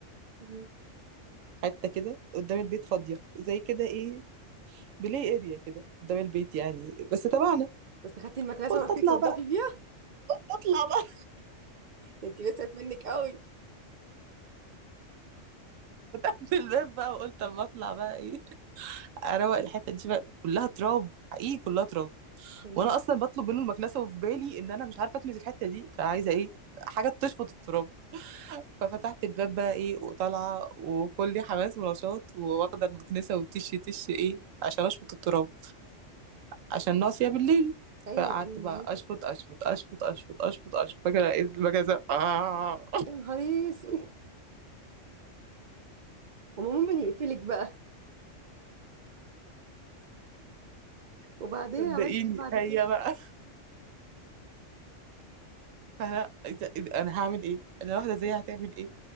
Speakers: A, on the right (about 60°); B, on the right (about 85°).
A: مم.
B: حته كده قدام البيت فاضيه زي كده ايه بلاي اريا كده قدام البيت يعني بس تبعنا
A: بس خدتي المكنسه
B: قلت
A: ورحتي
B: اطلع
A: تنضفي
B: بقى
A: بيها
B: قلت اطلع بقى
A: ده انت وسعت منك قوي
B: <laughs> فتحت الباب بقى وقلت اما اطلع بقى ايه اروق الحته دي بقى كلها تراب حقيقي كلها تراب
A: تمام
B: وانا اصلا بطلب منه المكنسه وفي بالي ان انا مش عارفه اكنس الحته دي فعايزه ايه حاجه تشفط التراب ففتحت الباب بقى ايه وطالعه وكلي حماس ونشاط وواخده المكنسه وتش تش ايه عشان اشفط التراب عشان ناقصه بالليل
A: ايوه
B: فقعدت
A: ايوه
B: بقى
A: معاك
B: اشفط اشفط اشفط اشفط اشفط اشفط فاكره لقيت المكنسه اه
A: يا نهار اسود وما مؤمن يقتلك بقى وبعدين
B: صدقيني
A: عملت ايه بعد
B: هي
A: كده
B: بقى فانا إذا إذا انا هعمل ايه انا واحده زيها هتعمل ايه